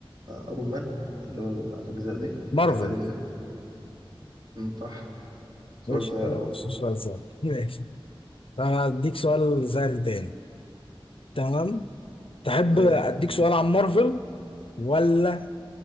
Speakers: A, on the right (about 45°); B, on the left (about 70°).
A: ايرون مان اللي هو الاجزاء دي
B: مارفل
A: بتاعت ايرون مان أمم، صح سؤال
B: ماشي
A: سهل
B: ده
A: اهو
B: مش سؤال سهل ماشي طب هديك سؤال سهل تاني تمام تحب
A: ماشي
B: أديك سؤال عن مارفل ولا